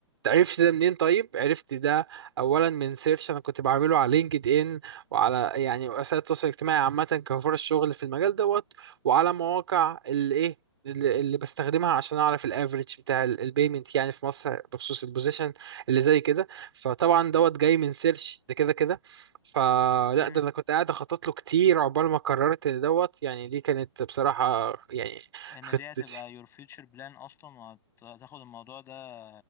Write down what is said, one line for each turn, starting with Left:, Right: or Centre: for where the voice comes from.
Right: عرفت ده منين طيب عرفت ده اولا من سيرش انا كنت بعمله على لينكد ان وعلى يعني وسائل التواصل الاجتماعي عامه كفرص شغل في المجال دوت وعلى مواقع الايه اللي اللي بستخدمها عشان اعرف الافريج بتاع البيمنت يعني في مصر بخصوص البوزيشن اللي زي كده فطبعا دوت جاي من سيرش ده كده كده فلا
Left: امم
Right: ده انا كنت قاعد اخطط له كتير عقبال ما قررت ان دوت يعني دي كانت بصراحة يعني
Left: ان
Right: خطتي
Left: دي هتبقى your future plan اصلا وهتاخد الموضوع ده